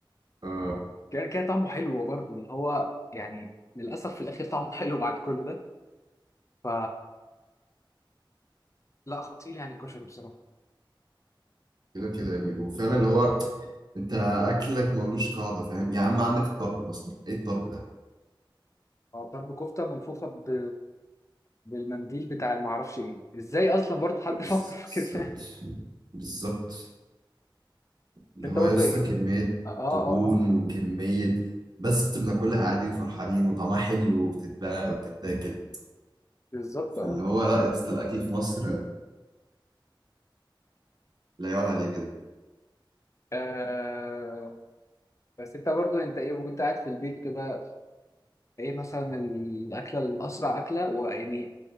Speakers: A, on the right; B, on the left.
A: اه
B: كده كده طعمه حلو برضو اللي هو يعني للاسف في الاخر طعمه حلو بعد كل ده ف لا خطير يعني الكشري بصراحه
A: كده كده يا ابني وفعلا اللي هو انت اكلك ملوش قاعده فاهم يا عم عندك الطرب مثلا ايه الطرب ده
B: هو طرب كفتة ملفوفة ب... بالمنديل بتاع المعرفش ايه ازاي اصلا برضه حد
A: بس-
B: <laughs> فكر في
A: بالظبط
B: كده <laughs>
A: بالظبط اللي
B: انت
A: هو
B: برضه
A: لسه
B: ايه
A: كمية
B: اه اه
A: دهون
B: اه اه.
A: وكمية بس بناكلها عادي وفرحانين وطعمها حلو وبتتباع وبتتاكل
B: بالظبط اه
A: فاللي هو لا يا اسطى الأكل في مصر لا يعلى عليه كده كده
B: آه، بس انت برضو انت ايه وانت قاعد في البيت كده ايه مثلا الاكله الاسرع اكله ويعني